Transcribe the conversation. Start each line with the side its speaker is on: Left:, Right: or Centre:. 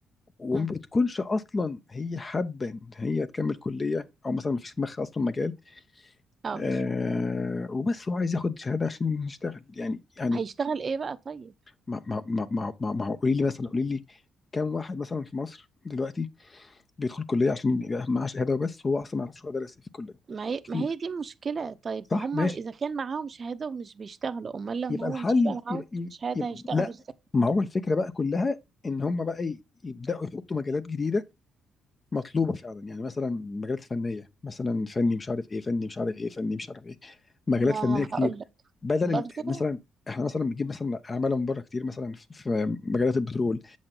Left: وما
Right: اه
Left: بتكونش اصلا هي حابه ان هي تكمل كليه او مثلا ما فيش في دماغها اصلا مجال
Right: آه.
Left: آه وبس هو عايز ياخد شهاده عشان يشتغل يعني يعني
Right: هيشتغل ايه بقى طيب
Left: ما ما ما ما ما ما هو قولي لي مثلا قولي لي كام واحد مثلا في مصر دلوقتي بيدخل كليه عشان يبقى معاه شهاده وبس هو اصلا ما يعرفش هو درس ايه في الكليه
Right: ما هي
Left: كتير
Right: ما هي دي المشكلة طيب
Left: صح
Right: ما هم
Left: ماشي
Right: إذا كان معاهم شهادة ومش بيشتغلوا أمال لما
Left: يبقى
Right: هم
Left: الحل
Right: مش هيبقى معاهم
Left: يبقى,
Right: شهادة
Left: يبقى
Right: هيشتغلوا
Left: لا
Right: إزاي
Left: ما هو الفكره بقى كلها ان هم بقى ي- يبداوا يحطوا مجالات جديده مطلوبه فعلا يعني مثلا مجالات فنيه مثلا فني مش عارف ايه فني مش عارف ايه فني مش عارف ايه مجالات
Right: ما
Left: فنيه كتير
Right: هقولك
Left: بدل
Right: برضو
Left: ال- مثلا احنا مثلا بنجيب مثلا اعمال من بره كتير مثلا في في مجالات البترول